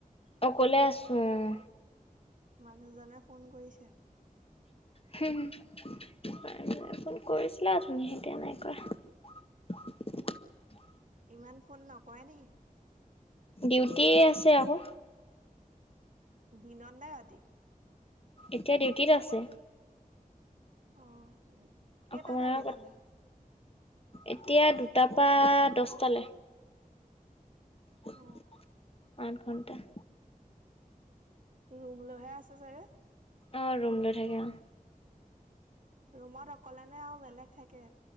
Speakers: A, on the left (about 40°); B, on the right (about 60°).
A: অকলে আছোঁ অঁ!
B: মানুহজনে ফোন কৰিছে!
A: হুম ফোন কৰিছিলে অথনি এতিয়া নাই কৰা। সঠিক স্বৰ শুনা নগ'ল।
B: ইমান ফ'ন নকৰা নেকি?
A: ডিউটি আছে আকৌ।
B: দিনত নে ৰাতি?
A: এতিয়া ডিউটিত আছে!
B: অঁ! কেইটাৰ
A: অকমান
B: পৰা
A: আগত
B: কেইটালৈ?
A: এতিয়া দুটাৰ পৰা দহটালৈ! আঠ
B: অ
A: ঘণ্টা।
B: ৰুম লৈহে আছে চাগে?
A: অঁ! ৰুম লৈ থাকে!
B: ৰুমত অকলে নে আৰু বেলেগ থাকে?